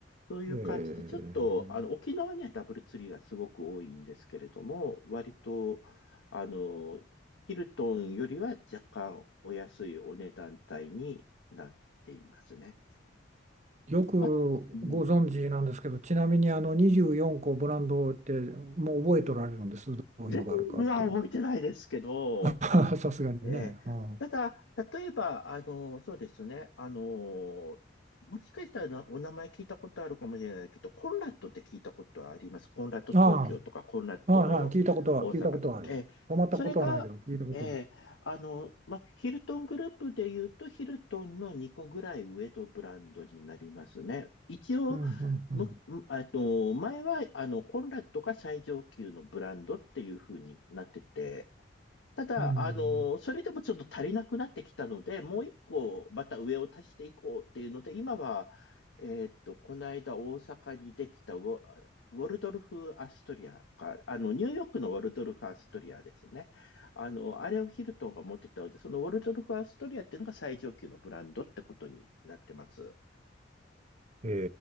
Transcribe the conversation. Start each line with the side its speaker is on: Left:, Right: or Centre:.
Left: そういう感じで、
Right: えー
Left: ちょっと、あの、沖縄にはダブルツリーがすごく多いんですけれども、割と、あの、ヒルトンよりは若干お安いお値段帯になっていますね。
Right: よく
Left: あ、うん。
Right: ご存知なんですけど、ちなみにあの24個ブランドってもう覚えとられるんです、どういうのがあるかっていうの。
Left: 全部は覚えてないですけど、
Right: <laughs> さすがにね。
Left: えーただ、
Right: うん、あ
Left: 例えば、あの、そうですね、あの、もしかしたらなお名前聞いたことあるかもしれないけど、コンラッドって聞いたことはあります。コンラッド東京とか、
Right: あ、
Left: コンラッド大阪とか。
Right: ああ、はい聞いたことは、聞いたことはある。
Left: えーそれが、
Right: 泊まったことはないけど、聞いたことある。
Left: えーあの、ま、ヒルトングループで言うと、ヒルトンの2個ぐらい上のブランドになりますね。一応、
Right: うん、うん、うん。
Left: む、むえっと、前は、あの、コンラッドが最上級のブランドっていう風になってて、ただ、
Right: う
Left: あの、それでもちょっと足りなくなってきたので、もう一個、また上を足していこうっていうので、今は、えっと、この間大阪にできたウォ、ウォルドルフ・アストリアか、あの、ニューヨークのウォルドルフ・アストリアですね。あの、あれをヒルトンが持ってたので、そのウォルドルフ・アストリアっていうのが最上級のブランドってことになってます。
Right: んえ